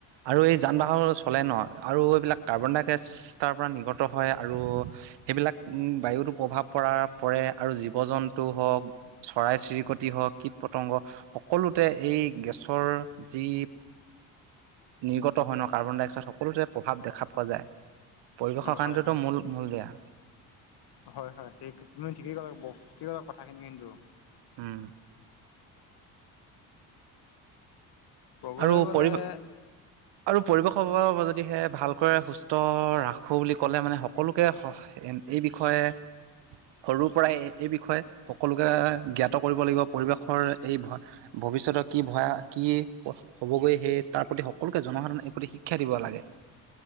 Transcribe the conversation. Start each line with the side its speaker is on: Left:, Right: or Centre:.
Right: আৰু এই যান বাহন চলে ন আৰু এইবিলাক কাৰ্বন ডাই অক্সাইজ তাৰ পৰা নিৰ্গত হয় আৰু সেইবিলাক উ বায়ুতো প্ৰভাৱ পৰা পৰে আৰু জীৱ জন্তুও হওক চৰাই চিৰিকটি কীট পতংগ সকলোতে এই গেছৰ যি নিৰ্গত হয় ন, কাৰ্বন ডাই অক্সাইড সকলোতেৰে প্ৰভাৱ দেখা পোৱা যায় পৰিৱেশৰ
Left: অ',
Right: কাৰণেতো
Left: হয়, হয়,
Right: মূল মূল বেয়া
Left: হয়, হয়, তুমি ঠিকেই ক'লা কিত কথাখিনিম কিন্তু
Right: হম,
Left: ক'বলৈ
Right: আৰু
Left: গ'লে
Right: পৰি আৰু পৰিৱেশ যদিহে ভালকৈ সুস্থ ৰাখোঁ বুলি ক'লে মানে সকলোকে এই বিষয়ে সৰুৰ পৰাই এই বিষয়ে সকলোকে জ্ঞাত কৰিব লাগিব পৰিৱেশৰ এই ভ ভৱিষ্যতৰ কি ভয়া কি হ'বগৈ সেই তাৰ প্ৰতি সকলোকে জনসাধাৰণে এই প্ৰতি শিক্ষা দিব লাগে